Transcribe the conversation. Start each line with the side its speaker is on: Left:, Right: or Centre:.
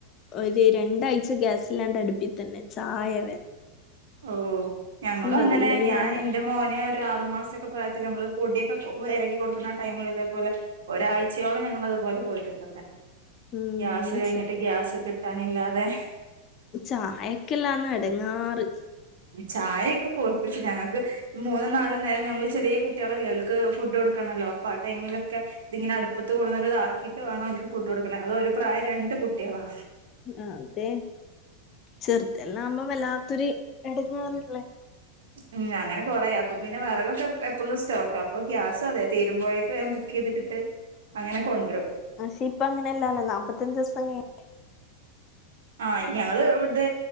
Left: ഒരു രണ്ടാഴ്ച ഗ്യാസില്ലാണ്ട അടുപ്പി തന്നെ ചായ വരെ
Right: ഓ ഞങ്ങളും
Left: ഓ
Right: അങ്ങനെ
Left: അതെല്ലാം ഒരു
Right: ഞാൻ
Left: കാലം
Right: ഇന്റെ മോനെ ഒരാറു മാസൊക്കെ പ്രായത്തില് നമ്മള് പൊടിയൊക്കെ കൊ വെരകി കൊടുക്ക്ണ ടൈമ് ഇതേ പോലെ ഒരാഴ്ചയോളം ഞങ്ങള് ഇതുപോലെ പോയിട്ടുണ്ട് ഇവിടെ
Left: ഉം
Right: ഗ്യാസ് കഴിഞ്ഞിട്ട്
Left: ച
Right: ഗ്യാസ് കിട് കിട്ടാനില്ലാതെ
Left: ചായക്കല്ലാന്ന് എടങ്ങാറ്
Right: ചായെക്കെ പൊർപ്പിച്ചു ഞങ്ങക്ക് മൂന്നും നാലും നേരം നമ്മള് ചെറിയ കുട്ടികളല്ലേ ഓൽക്ക് ഫുഡ് കൊടുക്കണല്ലോ അപ്പൊ ആ ടൈമിലൊക്കെ ഇതിങ്ങനെ അടുപ്പത്ത് കൊടുന്നിട്ട് ഇതാക്കീട്ട് വാണം ഓൽക്ക് ഫുഡ് കൊടുക്കണെ അതോ ഒരു പ്രായം രണ്ട് കുട്ടികളാ
Left: അതെ ചെറുതെല്ലാം ആവുമ്പം വല്ലാത്തൊരു എടങ്ങേറല്ലേ
Right: ഉം അങ്ങനെ കൊറേ അപ്പൊ പിന്നെ വെറകൊക്കെ എപ്പളും സ്റ്റോക്കാ അപ്പൊ ഗ്യാസും അതെ തീരുമ്പോഴേക്ക് വേം ബുക്ക് ചെയ്തിട്ടിട്ട് അങ്ങനെ കൊണ്ട്രും
Left: പക്ഷെ ഇപ്പ അങ്ങനല്ലാല്ലോ നാപത്തഞ്ച് ദിവസം ക
Right: ആ ഞങ്ങള് ഇവിടെ